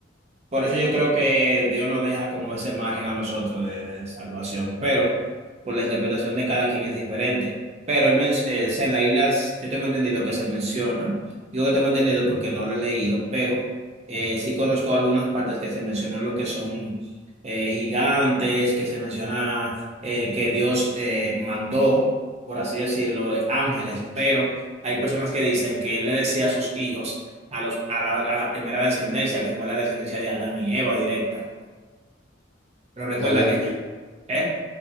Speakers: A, on the right; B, on the left.
A: por eso yo creo que Dios nos deja como ese margen a nosotros de, de salvación, pero por la interpretación de cada quien es diferente. Pero él men- eh, o sea, en la Biblia s- yo tengo entendido que se menciona, digo que tengo entendido porque no lo he leído, pero eh, sí conozco algunas partes que se mencionan lo que son eh, gigantes, que se menciona eh, que Dios eh, mandó, por así decirlo, ángeles, pero hay personas que dicen que él le decía a sus hijos, a, los, a, la, a la primera descendencia, que fue la descendencia de Adán y Eva directa. Pero recuerda
B: ¿qué le,
A: que,
B: decía-
A: ¿eh?